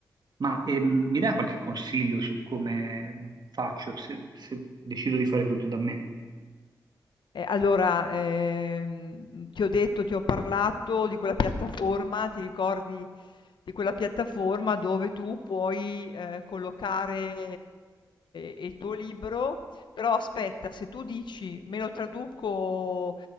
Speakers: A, on the right (about 65°); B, on the left (about 85°).
A: Ma ehm, mi dai qualche consiglio su come faccio se, se decido di fare tutto da me?
B: Eh, allora, ehm, ti ho detto, ti ho parlato di quella piattaforma, ti ricordi di quella piattaforma dove tu puoi eh, collocare eh, il tuo libro, però aspetta, se tu dici me lo traduco